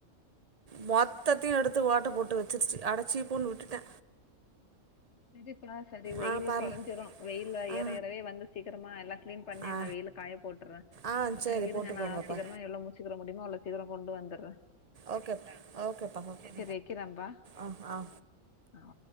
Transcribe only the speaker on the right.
மொத்ததையு எடுத்து ஓட்ட போட்டு வச்சிருச்சி அட ச்சி போன் விட்டுட்ட
ஆ பாருங்க
ஆ
ஆ
ஆ சரி
போட்டுக்கோங்கப்பா
ஓகேப் ஓகேப்பா ஓகே
ஆ் ஆ